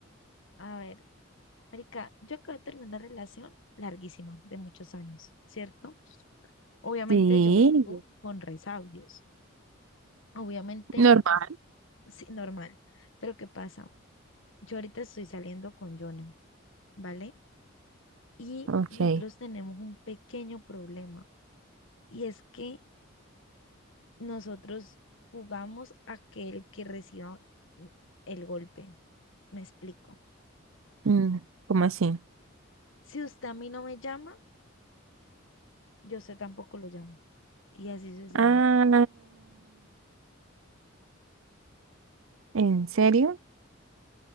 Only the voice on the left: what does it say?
A ver, marica, yo acabo de terminar una relación larguísima, de muchos años, ¿cierto? Obviamente
yo vengo con resabios. Obviamente
es sí, normal. Pero ¿qué pasa? Yo ahorita estoy saliendo con Jonah, ¿vale? Y
nosotros tenemos un pequeño problema. Y es que nosotros jugamos a que el que reciba mm, el golpe. Me explico.
Si usted a mí no me llama, yo a usted tampoco lo llamo. Y así sucesivamente.